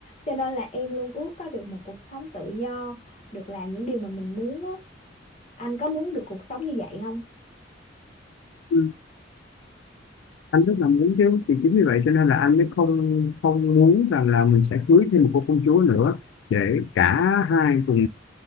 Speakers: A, on the left; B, on the left.
A: cho nên là em luôn ước có được một cuộc sống tự do được làm những điều mà mình muốn á anh có muốn được cuộc sống như vậy không
B: Ừ. anh rất là muốn chứ thì chính vì vậy cho nên là anh mới không không muốn rằng là mình sẽ cưới thêm một cô công chúa nữa để cả hai cùng